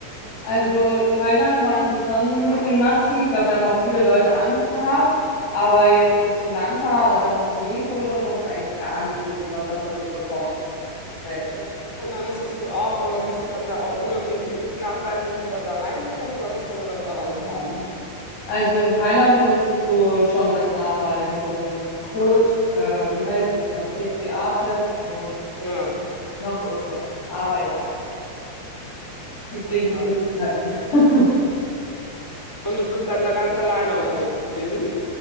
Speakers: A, on the left (about 75°); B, in the centre.
A: Also Thailand waren sie schon mit den Masken. Ich glaube, da haben auch viele Leute Angst gehabt. Aber jetzt ist Sri Lanka oder Montenegro oder so, hast du eigentlich gar nicht wirklich was davon mitbekommen. Nee.
B: Und dann musstest du auch, äh, bist du dann da auch ohne irgendwie Impfnachweise und so dann da reingekommen oder musste man das auch alles haben?
A: Also in Thailand musstest du schon das nachweisen, so ein Code, äh, wie heißt es noch, PCA-Test und
B: Ja,
A: noch irgendwas. Aber ja, es gibt
B: ach
A: Wege
B: krass.
A: und Möglichkeiten. <laughs>
B: Und du bist dann da ganz alleine unterwegs gewesen?